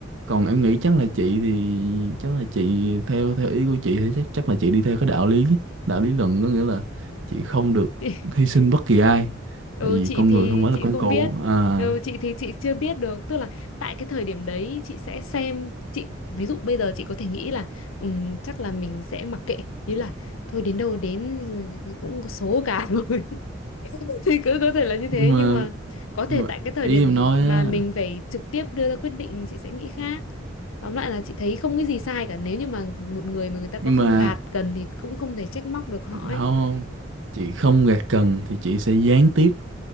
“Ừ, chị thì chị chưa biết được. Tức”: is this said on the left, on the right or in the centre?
Left